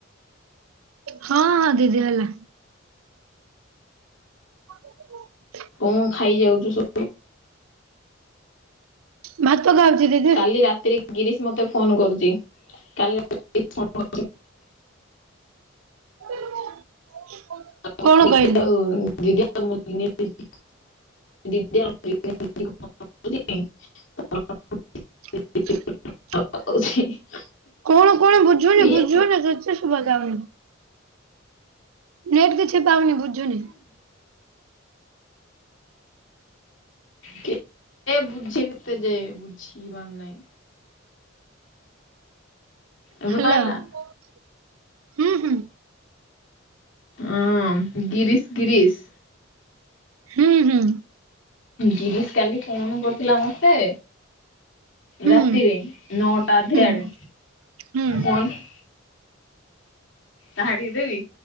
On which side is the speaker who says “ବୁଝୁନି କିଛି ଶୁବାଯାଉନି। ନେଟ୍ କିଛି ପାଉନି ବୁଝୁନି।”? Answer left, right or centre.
Right